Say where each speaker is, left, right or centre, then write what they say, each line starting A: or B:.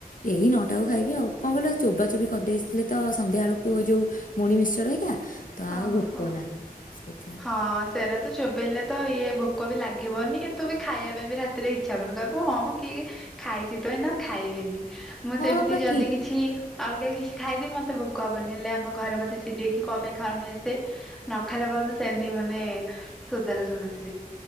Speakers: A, on the left; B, in the centre.
A: ଏଇ ନଅଟା ଖାଇବି ଆଉ କଣ କିଲ ଚୋବା ଚୋବି କରିଦେଇଥିଲେ ତ ସନ୍ଧ୍ୟା ବେଳକୁ ଯୋଉ ମୁଢ଼ି ମିକ୍ସଚର ହେରିକା। ତ
B: ହଁ
A: ଆଉ ଭୋକ
B: ହଁ
A: ନାହିଁ ସେଇଥିପାଇଁ
B: ହଁ ସେରା ତ ଚୋବେଇଲେ ତ ଇଏ ଭୋକ ବି ଲାଗିବନି ତୁ ବି ଖାଇବା ପାଇଁ ବି ରାତିରେ ଇଚ୍ଛା ହବନି କହିବୁ। ହଁ ହଁ ମ କିଏ ଖାଇ ସିଏ ତ ଏଇନା ଖାଇବେନି। ମୁଁ
A: ହଁ
B: ସେମିତି
A: ବା
B: ଯଦି
A: ଠିକ
B: କିଛି ଅଲଗା କିଛି ଖାଇଦେବି ମତେ ଭୋକ ହବନି ହେଲେ ଆମ ଘରେ ମତେ ଚିଡେଇକି କ ପାଇଁ ଖାଉନୁ ଏତେ ନ ଖାଇଲା ପଯ୍ୟନ୍ତ ସେମିତି ମାନେ ସୋଦନା ଶୁଣୁ